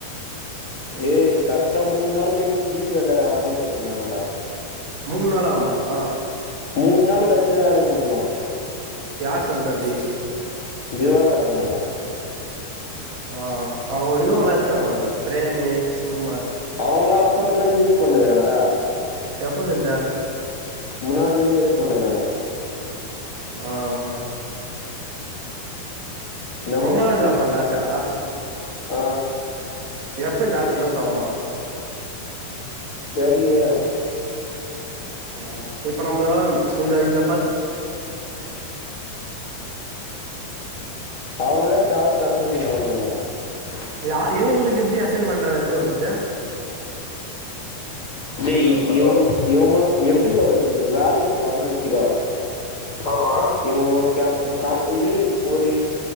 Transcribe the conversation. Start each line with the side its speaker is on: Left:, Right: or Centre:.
Left: ஏய் கரெக்டா மூணு நாள் கழிச்சு ஜிபேல அமௌண்ட் எத்துக்கலாங்களடா
Right: மூணு நாள் ஆகுமா ஆ
Left: மூணு நாள் கழிச்சுதான் எடுக்க முடியுமா
Right: யார் சொன்னது அப்டி
Left: திவாகரண்ணதான்
Right: அ அவங்க இவங்கள எடுத்துட்டாங்களாமே பிரேம்மு சுகுமார்
Left: அவுங்கள அப் பக்கத்துல இருந்து யூஸ் பண்ணுகிறாங்கள
Right: எப்போ தந்தா
Left: முன்னாடில இருந்து யூஸ் பண்ணுறாங்க
Right: ஆ ஆ
Left: நம்ம
Right: ரொமா
Left: இப்ப
Right: ஆகுது அப்ப தாத்தா
Left: ஆ
Right: எப்ப இந்த ஆப்பு கிலோஸ் ஆவுமா
Left: தெரிலையே
Right: ம் இப்ப நம்ம இந்த இல்ல
Left: அவுங்களே டாஸ்க்கா <unintelligible>
Right: யா இவகளுக்கு எப்டி அசைன் பண்ற இது வந்தது
Left: டேய்
Right: ஹலோ
Left: இவங் இவங்களும் எப்படி சொல்றது இப்ப வேலைக் வரேனு வச்சுக்கோ ஆமா இவங்க ஊருக்கே ஓர்கா இது ஒரு